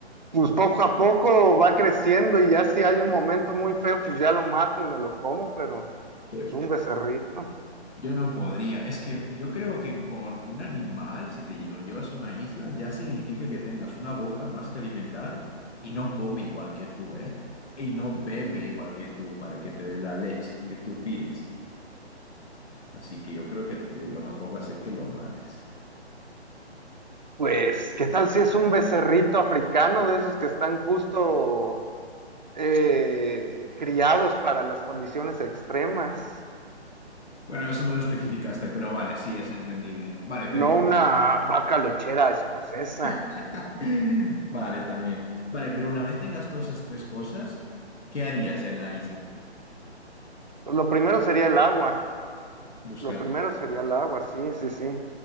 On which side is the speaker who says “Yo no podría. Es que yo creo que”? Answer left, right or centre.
Left